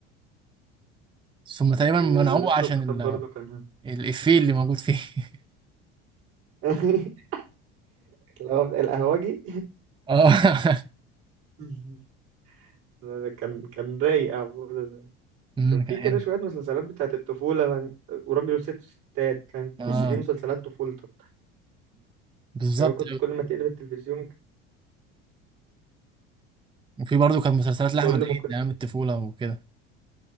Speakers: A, on the right (about 15°); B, on the right (about 65°).
A: ثم تقريبا
B: واللص
A: منعوه عشان
B: والكتاب برضه
A: ال...
B: كان
A: الافيه اللي موجود فيه <laughs>
B: <laughs> اللي هو القهوجي
A: اه
B: <laughs> ده ده كان كان رايق عبودة ده.
A: أمم،
B: كان في
A: كان
B: كده
A: حلو
B: شوية مسلسلات بتاعت الطفولة كان- وراجل وست وستات كانت تحس
A: اه
B: دي مسلسلات طفولتك
A: بالظبط
B: أيوة كنت كل ما تقلب التلفزيون
A: وفي برضه كانت مسلسلات لاحمد
B: كل
A: عيد
B: ما كنت
A: ايام الطفوله وكده